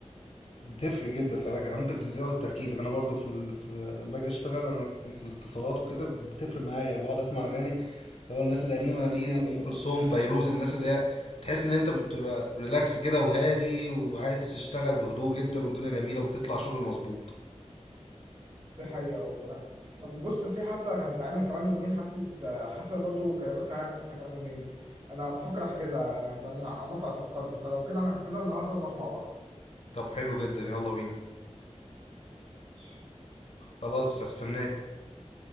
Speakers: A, on the left; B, on the right.
A: بتفرق جدا خلي بالك انا ممكن تزود تركيزك انا برضو في ال... في لما باجي اشتغل انا في الاتصالات وكده بتفرق معايا انا بقعد اسمع اغاني اللي هو الناس القديمه دي
B: ايوه
A: ام كلثوم فيروز الناس اللي هي بتحس ان انت بتبقى ريلاكس كده وهادي وعايز تشتغل بهدوء جدا والدنيا جميله وبتطلع شغل مظبوط
B: دي حقيقة والله طب بص في حفلة كانت هتتعمل كمان يومين حفلة آه، حفلة برضو كايروكا هيعمل حفلة كمان يومين أنا بفكر أحجزها آه، من على موقع تذكرتي فلو كده أنا هحجزها النهاردة نروح مع بعض
A: طب حلو جدا يلا بينا
B: ماشي
A: خلاص هستناك